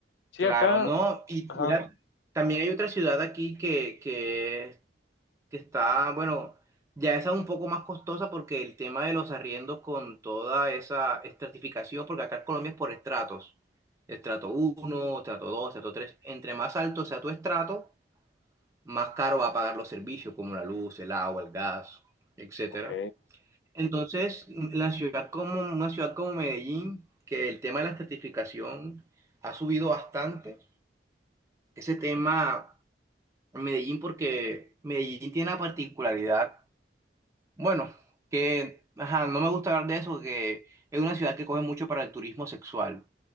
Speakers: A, on the left; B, on the right.
A: Sí,
B: claro,
A: acá,
B: ¿no? Y
A: ajá.
B: mira, también hay otra ciudad aquí que, que que está, bueno, ya esa es un poco más costosa porque el tema de los arriendos con toda esa estratificación, porque acá en Colombia es por estratos, estrato uno estrato 2 estrato 3 entre más alto sea tu estrato, más caro va a pagar los servicios como la luz, el agua, el gas, etcétera.
A: Ok,
B: Entonces, la ciudad como una ciudad como Medellín, que el tema de la estratificación ha subido bastante, ese tema en Medellín porque Medellín tiene la particularidad Bueno, que ajá, no me gusta hablar de eso, que es una ciudad que coge mucho para el turismo sexual.